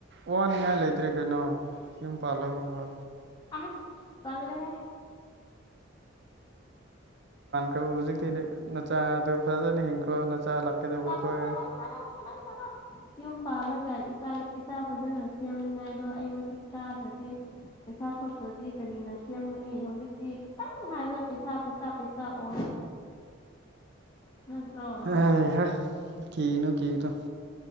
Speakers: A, on the right; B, on the left.
A: ꯋꯥꯅꯤꯡꯉꯥꯏ ꯂꯩꯇ꯭ꯔꯦ ꯀꯩꯅꯣ ꯌꯨꯝ ꯄꯥꯜꯂꯕ
B: ꯑꯁ ꯇꯜꯂꯦꯍꯦ
A: ꯆꯧꯕꯁꯦ ꯀꯩꯅꯣ ꯅꯆꯥꯗꯣ ꯐꯖꯟ ꯍꯤꯡꯈ꯭ꯔꯣ ꯅꯆꯥ ꯂꯥꯛꯀꯦꯗꯧꯕꯈꯣꯏ
B: ꯆꯠꯂꯣ ꯆꯠꯂꯣ ꯆꯠꯂꯣ ꯆꯠꯂꯣ ꯆꯠꯂꯣ ꯌꯨꯝ ꯄꯥꯜꯂꯒ ꯏꯆꯥ ꯐꯖꯅ ꯁꯦꯝꯅꯤꯉꯥꯏꯗꯣ ꯑꯩ ꯃꯇꯤꯛ ꯆꯥꯗ꯭ꯔꯗꯤ ꯄꯩꯁꯥ ꯊꯣꯛꯇ꯭ꯔꯗꯤ ꯀꯔꯤꯅ ꯁꯦꯝꯒꯅꯤ ꯍꯧꯖꯤꯛꯇꯤ ꯈꯤꯇꯪ ꯍꯥꯏꯕꯗ ꯄꯩꯁꯥ ꯄꯩꯁꯥ ꯄꯩꯁꯥ ꯑꯣ ꯅꯠꯇ꯭ꯔꯣ
A: ꯑꯦ ꯍꯥꯏ ꯀꯅꯨ ꯀ ꯇꯨ <unintelligible>